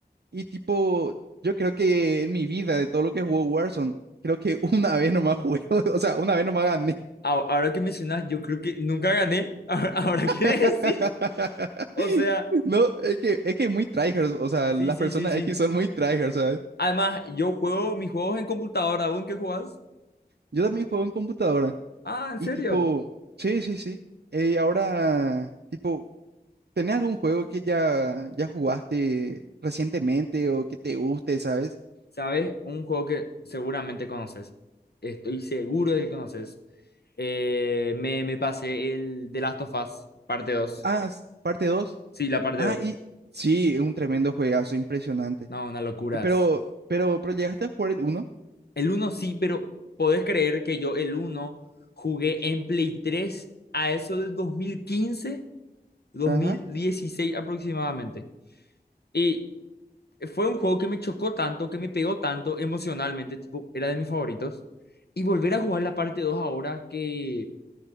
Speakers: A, on the right; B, on the left.
A: Y tipo, yo creo que en mi vida, de todo lo que jugó Warzone, creo que una <laughs> vez nomás jugué, <laughs> o sea, una vez nomás gané.
B: A- Ahora que mencionas, yo creo que nunca gané. <laughs> Ahora que
A: <laughs>
B: decís. O sea,
A: No, es que es que muy tryhards, o sea,
B: sí,
A: las
B: sí,
A: personas
B: sí, sí.
A: X son muy tryhards, ¿sabes?
B: Además, yo juego mis juegos en computadora. ¿Aún qué jugás?
A: Yo también juego en computadora.
B: Ah, ¿en
A: Y
B: serio?
A: tipo, sí, sí, sí. Eh, ahora, tipo, ¿tenés algún juego que ya, ya jugaste recientemente o que te guste, sabes?
B: ¿Sabes? Un juego que seguramente conoces. Estoy seguro de que conoces. Eh, me, me pasé el The Last of Us, parte dos
A: Ah, s- parte dos
B: Sí, la parte
A: Ah,
B: dos,
A: y sí, es un tremendo juegazo, impresionante.
B: No, una locura.
A: Y pero,
B: es.
A: pero, pero llegaste a jugar el uno
B: El uno sí, pero podés creer que yo el uno jugué en Play 3 a eso del 2015, dos
A: Ajá.
B: mil dieciséis aproximadamente. Y fue un juego que me chocó tanto, que me pegó tanto emocionalmente, tipo, era de mis favoritos. Y volver a jugar la parte 2 ahora que